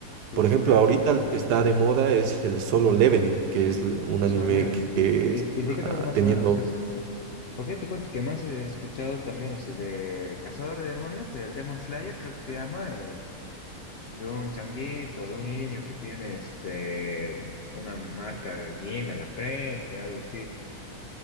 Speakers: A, on the left (about 65°); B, on the right (about 75°).
A: Dura.
B: Por ejemplo, ahorita lo que está de moda es el Solo Leveling, que es l- un
A: Solo
B: anime
A: Leveling.
B: que
A: ¿Y,
B: está
A: y de qué trata más
B: teniendo...
A: o menos ese? Porque yo te cuento que más he escuchado también ese de Cazador de Demonios, el Demon Slayer creo que se llama, eh, de un changuito, de un niño que tiene este una marca de guinda en la frente, algo así.